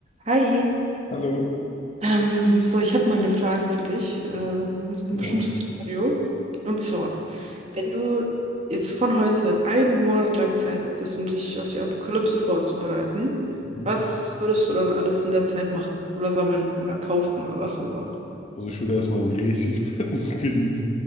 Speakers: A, on the right; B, on the left.
A: Hi.
B: Hallo.
A: Ähm, so, ich habe mal eine Frage für dich, äh, in so
B: Ja.
A: ein bestimmtes Szenario. Und zwar, wenn du jetzt von heute einen Monat lang Zeit hättest, um dich auf die Apokalypse vorzubereiten,
B: Mhm.
A: was würdest du dann alles in der Zeit machen? Oder sammeln oder kaufen oder was auch immer?
B: Also ich würde erstmal einen richtig fetten <laughs> Kredit